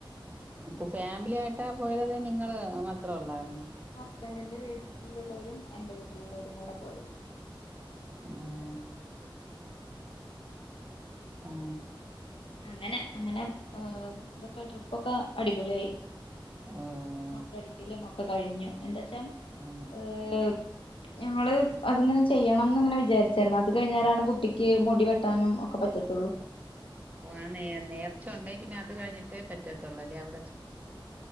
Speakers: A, on the left; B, on the right.
A: അങ്ങനെ
B: <inaudible> ഫാമിലി ആയിട്ടാ പോയത് നി ങ്ങള് മാത്രൊള്ളാരുന്നോ?
A: സ്ബെന്റിന്റെ വീട്ടിലുള്ളവരും എന്റെ വീട്ടിലുള്ളവരും കൂടെ പോയത്.
B: ആഹ് ഉം
A: അങ്ങനെ അങ്ങനെ ഇതൊക്കെ ട്രിപ്പൊക്കെ അടിപൊളിയായി.
B: ഓഹ്
A: മൊട്ട അടിക്കലും ഒക്കെകഴിഞ്ഞു എന്ത <unintelligible>
B: ആഹ്
A: ഏഹ് ഞങ്ങള് അതിങ്ങനെ ചെയ്യണം ന്ന്ങ്ങനെ വിചാരിച്ചാര്ന്നു. അത് കഴിഞ്ഞാലാണ് കുട്ടിക്ക് മുടി വെട്ടാനും ഒക്കെ പറ്റത്തൊള്ളൂ
B: ഓ ആ നേ നേർച്ച ഒണ്ടേ പിന്നെ അത് കഴിഞ്ഞി ട്ടെ പറ്റത്തൊള്ളല്ലെ അവ